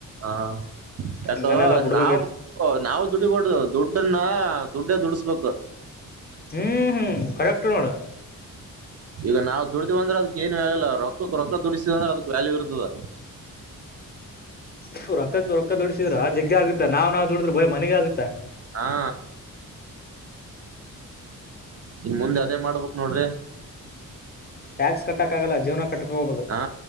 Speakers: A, on the right; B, on the left.
A: ಹ ಯಾಕ
B: ಇನ್ ಮೇಲೆ ಎಲ್ಲ ಬಿಡ್ಬೇಕ್ರಿ
A: ನಾವು ನಾವು ದುಡಿಬಡುದು ದುಡ್ಡನ್ನ ದುಡ್ಡ ದುಡಿಸಸ್ಬೇಕು
B: ಹ್ಮ್ ಹ್ಮ್ ಕರೆಕ್ಟ್ ನೋಡ
A: ಈಗ ನಾವವು ದುಡ್ದಿವ್ ಅಂದ್ರೆ ಅದಕ್ ಏನ್ ಆಗಲ್ಲ ರೊಕ್ಕಕ್ ರೊಕ್ಕ ದುಡಿಸಿವಂದ್ರೆ ಅದಕ್ ವ್ಯಾಲ್ಯೂ ಇರ್ತದ
B: ಹ ರೊಕ್ಕ ರೊಕ್ಕ ದುಡಸಿದ್ರ ಜಗ್ಗ ಆಗತ್ತ ನಾವ ನಾವ್ ದುಡಿದ್ರ ಭಯಿ ಮನಿಗ ಆಗುತ್ತಾ.
A: ಹಾ ಇನ್ಮುಂದ್ ಅದೇ ಮಾಡ್ಬೇಕ ನೋಡ್ಲೆ.
B: ಟ್ಯಾಕ್ಸ್ ಕಟ್ಟಕ್ಕಾಗಲ್ಲ ಜೀವನ ಕಟ್ಕೊಬೋದ
A: ಹಾ